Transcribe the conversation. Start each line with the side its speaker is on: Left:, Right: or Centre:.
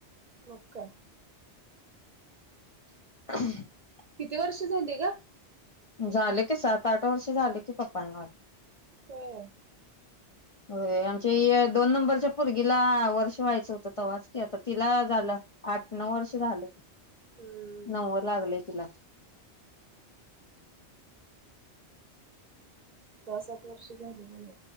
Right: मग काय
Left: <inaudible>
Right: किती वर्ष झाली का?
Left: झाले की सात आठ वर्ष झाले की पप्पांना
Right: होय.
Left: होय आमच्या या दोन नंबरच्या पोरगीला वर्ष व्हायचं होत, तवाच कि आता तिला झालं आठ, नऊ वर्ष झालं.
Right: हम्म
Left: नवव लागलय तिला.
Right: सहा, सात वर्ष झाली म्हणू.